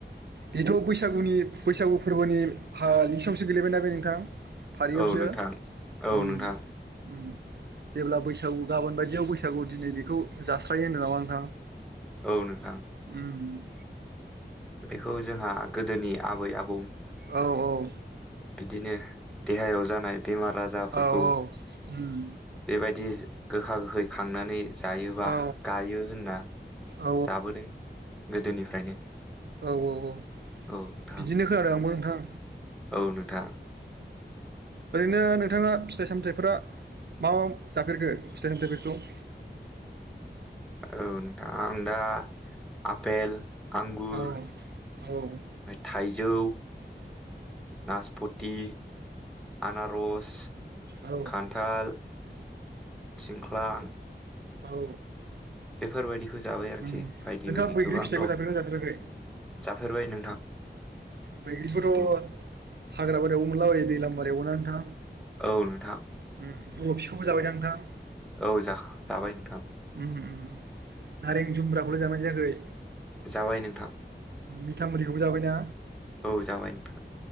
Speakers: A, on the right; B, in the centre.
A: बेथ' बैसागुनि बैसागु फोरबोनि हा <unintelligible> सायावसो गोलैबायना बे नोंथां फारियावसो
B: औ नोंथां औ
A: उम
B: नोंथां
A: उम जेब्ला बैसागु गाबोन बायदियाव बैसागु दिनै बेखौ जास्रायो होनदों नामा नोंथां
B: औ नोंथां
A: उम
B: बेखौ जोंहा गोदोनि आबै आबौ
A: औ औ
B: बिदिनो देहायाव जानाय बेमार आजारफोरखौ
A: औ उम
B: बेबायदि गोखा गोखै खांनानै जायोबा
A: औ
B: गायो होनना
A: औ
B: जाबोदों गोदोनिफ्रायनो
A: औ औ औ
B: औ नोंथां
A: बिदिनो खोनादों आंबो नोंथां
B: औ नोंथां
A: ओरैनो नों थाङा फिथाइ सामथाइफोरा मा मा जाफेरखो फिथाइ सामथाइफोरखौ? <inaudible>
B: औ नोंथां आं दा आफेल आंगुर
A: औ औ उम
B: थाइ जौ नासपथि आनारस
A: औ
B: खान्थाल थिंख ख्लां
A: औ
B: बेफोरबायदि खौ जाबाय आरोखि
A: उम
B: बायदि
A: नोंथाङा
B: बायदि
A: बैग्रि
B: गोबां
A: फिथाइखौ
B: दं
A: जाफेरगोना जाफेराखै
B: जाफेरबाय नोंथां
A: बैग्रिखौथ'
B: औ
A: हाग्रा बारियावबो मोनलाबायो दै <unintelligible> बारियाव ना नोंथां
B: औ नोंथां
A: उम जल'फिखौबो जाबायदा नोंथां
B: औ जाख जाबाय नोंथां
A: उम उम नारें जुमब्राखौलाय जाबायना जायाखै?
B: जाबाय नोंथां
A: मिथामुरिखौबो जाबायना
B: औ जाबाय नोंथां